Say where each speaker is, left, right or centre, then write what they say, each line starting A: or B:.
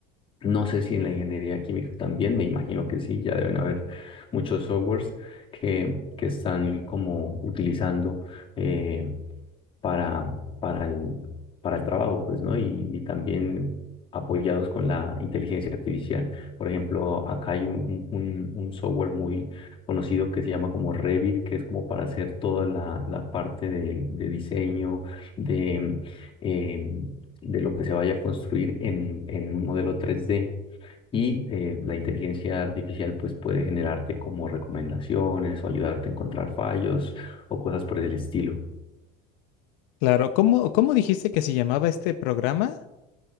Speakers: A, on the left; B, on the left.
A: No sé si en la ingeniería química también, me imagino que sí, ya deben haber muchos softwares que, que están como utilizando eh, para, para el, para el trabajo, pues, ¿no? Y, y también apoyados con la inteligencia artificial. Por ejemplo, acá hay un, un- un- un software muy conocido que se llama como Revit, que es como para hacer toda la, la parte de, de diseño, de, eh, de lo que se vaya a construir en, en un modelo 3D. Y eh, la inteligencia artificial pues puede generarte como recomendaciones o ayudarte a encontrar fallos o cosas por el estilo.
B: Claro, ¿cómo, cómo dijiste que se llamaba este programa?